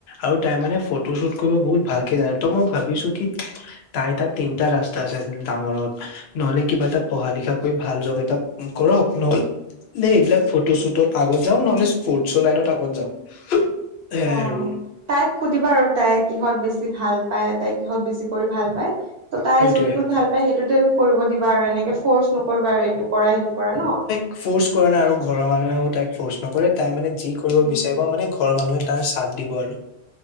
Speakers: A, on the left; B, on the right.
A: আৰু তাই মানে ফটোশ্বুট কৰিব বহুত ভালকে জানে। ত' মই ভাবিছো কি- তাই তাত তিনিটা ৰাস্তা আছে ডাঙৰত। নহ'লে কিবা এটা পঢ়া লিখা কৰি ভাল জব এটা কৰক নহ'লে- লে এইবিলাক ফটো শ্বুটত আগত যাওঁক নহ'লে স্পৰ্টচৰ লাইনত আগত যাওঁ, সেয়াই
B: অ
A: আৰু।
B: তাইক সুধিবা আৰু তাই কিহঁত বেছি ভাল পায়। তাই কিহত বেছি কৰি ভাল পায়। ত' তাই
A: সেইটোয়ে
B: যোনটোত ভাল পায় সেইটোতে কৰিব দিবা আৰু এনেকে ফ্ৰৰ্চ নকৰিবা আৰু এইটো কৰা সেইটো কৰা ন।
A: ফ্ৰ'ৰ্চ কৰা নাই আৰু ঘৰৰ মানুহেও তাইক ফ্ৰৰ্চ নকৰে তাই মানে যি কৰিব
B: উম
A: বিচাৰিব মানে ঘৰৰ মানুহে তাৰ চাদ দিব আৰু।